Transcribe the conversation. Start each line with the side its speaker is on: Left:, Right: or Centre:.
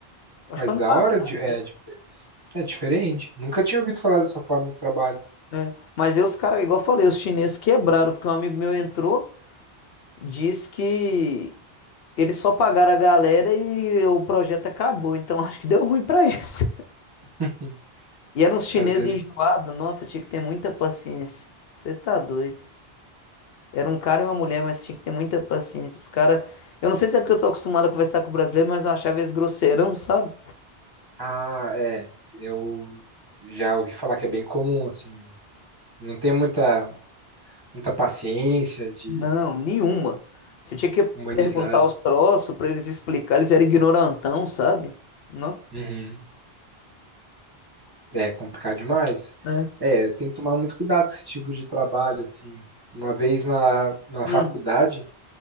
Left: Acho
Right: Mas
Left: que foi
Right: da
Left: ano passado.
Right: hora de- é,
Left: isso.
Right: de- é diferente. Nunca tinha ouvido falar dessa forma de trabalho.
Left: É. Mas aí os caras, igual eu falei, os chineses quebraram, porque um amigo meu entrou, disse que eles só pagaram a galera e o projeto acabou. Então <laughs> acho que deu ruim pra eles.
Right: <laughs>
Left: E era uns chineses
Right: Às vezes,
Left: enjoados. Nossa, tinha que ter muita paciência. Você tá doido. Era um cara e uma mulher, mas tinha que ter muita paciência. Os caras. Eu não sei se é porque eu tô acostumado a conversar com o brasileiro, mas eu achava eles grosseirão, sabe?
Right: ah, é, eu já ouvi falar que é bem comum, assim, Não tem muita, muita paciência de
Left: Não, nenhuma. Você tinha que perguntar
Right: humanidade.
Left: os troços pra eles explicar. Eles eram ignorantão, sabe? Não?
Right: Uhum. É complicado demais.
Left: É.
Right: É, tem que tomar muito cuidado com esse tipo de trabalho, assim. Uma vez na, na
Left: Hum,
Right: faculdade,